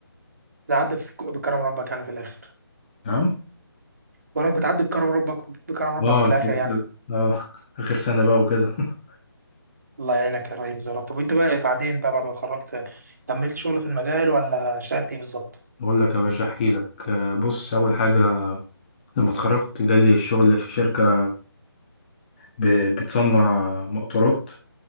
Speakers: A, on the right; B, on the left.
A: ده عدى في... بكرم ربك يعني في الاخر
B: نعم
A: وانك بتعدي بكرم ربك بكرم ربك
B: اه
A: في الاخر
B: كده
A: يعني
B: كده اه آخر سنة بقى وكده <laughs>
A: الله يعينك يا ريس يا رب طب وانت بقى إيه بعدين بقى بعد ما اتخرجت كملت شغل في المجال ولا اشتغلت ايه بالظبط؟
B: أقول لك يا باشا أحكي لك آه بص أول حاجة لما اتخرجت جالي الشغل في شركة ب- بتصنع مقطورات